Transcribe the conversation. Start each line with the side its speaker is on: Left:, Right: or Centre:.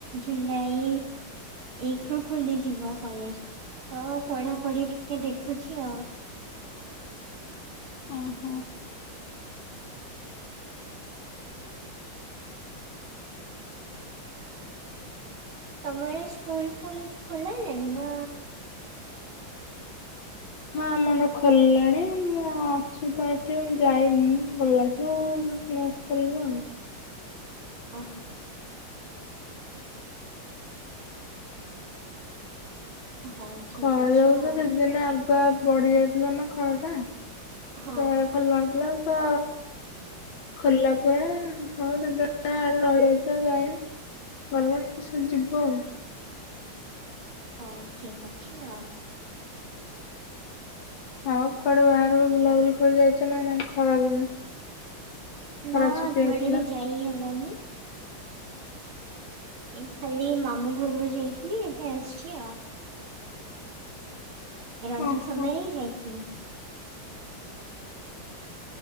Right: ଜୁଲାଇ ଏକ ରୁ ଖୋଲିଯିବ କଲେଜ ତ ପଢ଼ାପଢ଼ି ଟିକେ ଦେଖୁଛି ଆଉ।
Left: ଓହୋ
Right: ତମର ସ୍କୁଲ ଫୁଲ ଖୋଲାଲାଣି ନା।
Left: ହଁ ଆମର ଖୋଲିଲାଣି ମୁଁ ଅଛି ତ ଏଠି ଯାଇନି ଗଲାଠୁ କ୍ଲାସ କରିବା ଆଉ।
Right: ଓ ହୋ। ହଉ ଠିକ
Left: ଖରା
Right: ଅଛି
Left: ଯୋଉ
Right: ଆଉ
Left: ଦି ଦିନ ପା ପଡ଼ି ଯାଇଥିଲ ନା ଖରା ଟା। ସେ
Right: ହଁ
Left: ଖୋଲା ନଥିଲା। ତ ଖୋଲା ପରେ ହଁ ଯିଏ ଯୁଆଡେ ତ ରହିଯାଇଛି ଆଉ ଯାଇନି ଗଲେ ଟିଉସନ ଯିବୁ ଆଉ।
Right: ହଁ ଠିକ ଅଛି ଆଉ।
Left: ଆଉ କୁଆଡେ ବାହାରକୁ ବୁଲାବୁଲି କରି ଯାଇଛ ନା ନାଇ ଖରା ଦିନ। ଖରା
Right: ନା
Left: ଛୁଟି
Right: କୁଆଡେ
Left: ହେଇଥିଲା
Right: ବି ଯାଇହେଲାନି। ଏଇ ଖାଲି ମାମୁଁ ଘରୁକୁ ଯାଇଥିଲି ଏବେ ଆସଛି ଆଉ। ଏ ରଜ
Left: ଓହୋ
Right: ସମୟରେ ହିଁ ଯାଇଥିଲି।